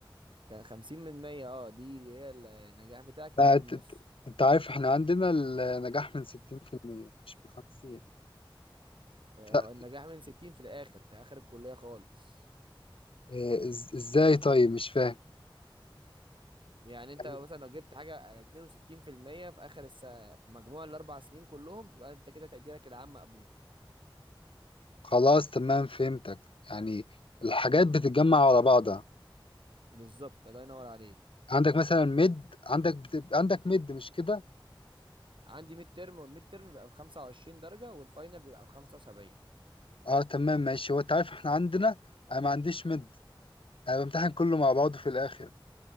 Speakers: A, on the right; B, on the left.
A: كان خمسين من مية اه دي هي ال- النجاح بتاعك تجيب
B: لا ت-
A: النص
B: ت- انت عارف احنا عندنا النجاح من 60% مش من 50
A: آه،
B: لا
A: النجاح من ستين في الاخر في اخر الكلية خالص
B: إيه، إز- ازاي طيب مش فاهم
A: يعني انت
B: يعني
A: مثلا لو جبت حاجة آه، اتنين وستين في المية في اخر الس... في مجموع الاربع سنين كلهم تبقى انت كده تقديرك العام مقبول
B: خلاص تمام فهمتك يعني الحاجات بتتجمع على بعضها
A: بالظبط الله ينور عليك
B: عندك مثلا ميد عندك بتبقى عندك ميد مش كده
A: عندي ميد ترم والميد ترم بيبقى ب 25 درجه والفاينل بيبقى ب 75
B: اه تمام ماشي هو انت عارف احنا عندنا انا ما عنديش ميد انا بمتحن كله مع بعضه في الاخر